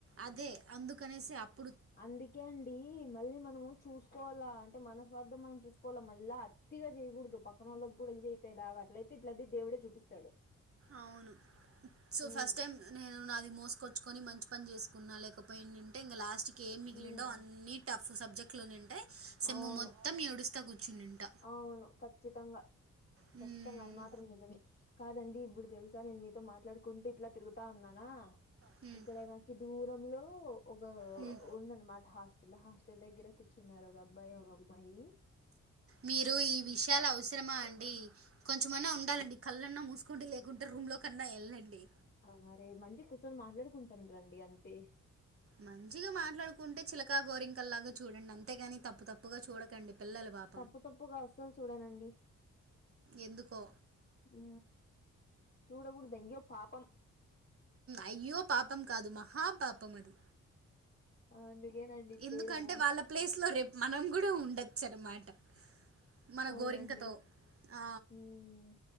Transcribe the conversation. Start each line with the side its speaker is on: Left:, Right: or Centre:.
Right: అదే అందుకనేసి అప్పు
Left: అందుకే అండి మళ్ళీ మనము చూసి చూసుకోవాలా అంటే మనస్వార్థం మనం చూసుకోవాలా మళ్ళీ అత్తిగా చేయకూడదు పక్కన వాళ్ళకి కూడా ఇదే దా అట్లయితే ఇట్ల దేవుడే చూపిస్తాడు
Right: అవును సో
Left: ఉమ్
Right: ఫస్ట్ టైం నేను అది మోసుకొచ్చుకని మంచి పని చేసుకున్నా లేకపో ఏంటంటే ఇంకా లాస్ట్ ఏం మిగిలిండో
Left: ఉమ్,
Right: అన్నీ టఫ్ సబ్జెక్ట్లోనే ఉంటాయి సెమ్
Left: అవును
Right: మొత్తం ఏడుస్తా కూర్చునింట
Left: అవును ఖచ్చితంగా
Right: హ్మ్.
Left: ఖతంగా అది మాత్ నిజమే కాదండి ఇప్పుడు తెలుసా నేను మీతో మాట్లాడుకుంటూ ఇట్లా తిరుగుతా ఉన్నానా
Right: హ్మ్.
Left: ఏ క్కడైనా దూరంలో ఒక
Right: హ్మ్.
Left: ఉందనమాట హాస్టల్ హాస్టల్ దగ్గర కూచున్నారు ఒక అబ్బాయి ఒక అమ్మాయి
Right: మీరు ఈ విషయాలు అవసరమా అండి కొంచెం అయిన ఉంటాలండి కళ్ళన్నా మూసుకుంటే లేకుంటే రూమ్ లో కన్నా వెళ్ళండి
Left: అవు మ రే మంచి కూర్చొని మాట్లాడుకుంటాను రండి అంతే
Right: మంచిగా మాట్లాడుకుంటే చిలకా గోరింకల్లాగా చూడండి అంతేగాని తప్పు తప్పుగా చూడకండి పిల్లలు బాబ
Left: తప్పు తప్పుగా అసలు చూడానండి
Right: ఎందుకో
Left: ఉ చూడకూడదయ్యో పాపం
Right: అయ్యోపాపం కాదు మహాపాపం అది
Left: అందుకేనండి
Right: ఎందుకంటే
Left: చూడము
Right: వాళ్ళ ప్లేస్లో రేపు మనం కూడా ఉండొచ్చు అన్నమాట మన
Left: అవునండి
Right: గోరింకతో ఆ
Left: హ్మ్